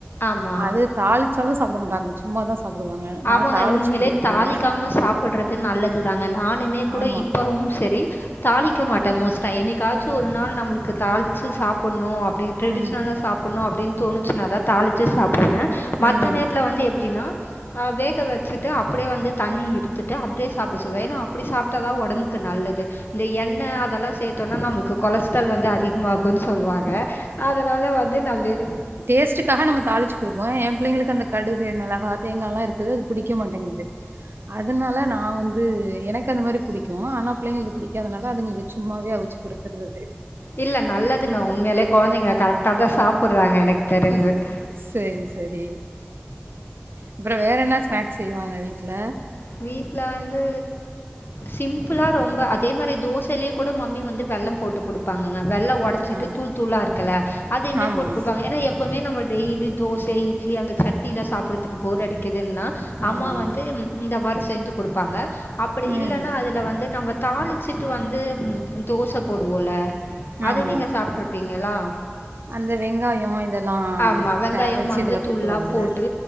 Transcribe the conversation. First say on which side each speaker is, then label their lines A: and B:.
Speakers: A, on the left; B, on the right.
A: ஆமாம்
B: அது தாளிச்சாலும் சாப்ட மாட்டாங்க சும்மா தா சாப்டுவாங்க நா
A: ஆமாங்க
B: தாளிச்சு
A: உண்மலயே
B: குடுப்பே
A: தாலிக்காம சாப்பறது நல்லதுதாங்க நானுமே கூட
B: ஆமா
A: இப்பவும் சரி தாளிக்க மாட்டேன் மோஸ்ட்டா என்னைக்காச்சும் ஒரு நாள் நம்மளுக்கு தாளிச்சு சாப்பணும் அப்டி ட்ரெஷனலா
B: ம்
A: சாப்ணும் அப்பின்னு தோணுச்சனா தாளிச்சு சாப்டுவேன் மத்த
B: ம்
A: நேரத்துல வந்து எப்டின்னா வேக வச்சுட்டு அப்டியே வந்து தண்ணி இருத்துட்டு அப்டியே சாப்ட சொல்லுவேன் ஏன்னா அப்டி சாப்ட்டா தா ஒடம்புக்கு நல்லது இந்த எண்ண அதெல்லாம் சேத்தோம்னா நமக்கு கொலஸ்டால் வந்து அதிக உமாக்குன்னு சொல்லுவாங்க அதனால வந்து நா வேற
B: டேஸ்டுக்காக நம்ம தாளிச்ச கொடுப்போ என் பிள்ளைங்களுக்கு அந்த கடுகு மெளகா தேங்கா எல்லாம் இருக்குது அது புடிக்க மாட்டேங்குது அதனால நா வந்து எனக்கு அந்த மாரி புடிக்கும் ஆனா பிள்ளைங்களுக்கு புடிக்காதனால அதுங்களுக்கு சும்மாவவே அவிச்சு கொடுத் றது
A: இல்ல நல்லதுங்க உண்மைலயே ககொழந்தைங்க கரெக்டா தா சாப்பறாங்க எனக்கு தெரிஞ்சு.
B: ம் சரி சரி அப்றம் வேற என்ன ஸ்நாக்ஸ் செய்வாங்க வீட்ல
A: வீட்ல வந்து சிம்பிளா ரொம்ப அதே மாரி தோசலயே கூட மம்மி வந்து வெல்லம் போட்டு கொடுப்ப பாங்க வெல்ல ஓடச்சிட்டு
B: ஆ.
A: தூள் தூளா இருக்கல அதயுமே
B: ஆமா,
A: போட்டு கொடுப்பாங்க ஏ எப்ப எப்பமே நம்ம டெய்லி தோச இட்லி அந்த சட்னியிலா சாப்பறக்கு போர் அடிக்குதுன்னா அம்மா
B: ஆமா.
A: வந்து இந்த மாரி செஞ்சு கொடுப்பாங்க அப்டி
B: ம்.
A: இல்லன்னா அதுல வந்து நம்ம தாலி வச்சுட்டு வந்து தோச போடுவோல அது
B: ஆமா.
A: நீங்க சாப்ட்ருப்பீங்களா
B: அந்த வெங்காயம் இதெல்லாம்
A: ஆமாம் வெங்காயம்
B: காயவச்சு
A: மஞ்சத்தூள்லாம்
B: இதுல கொட்டுவாங்கல்ல
A: போட்டு